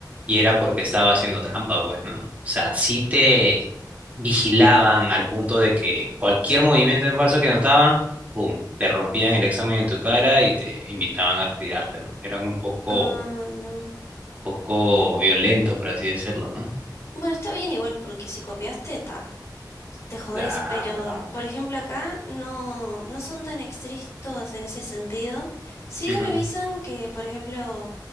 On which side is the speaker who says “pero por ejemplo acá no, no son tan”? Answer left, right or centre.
Left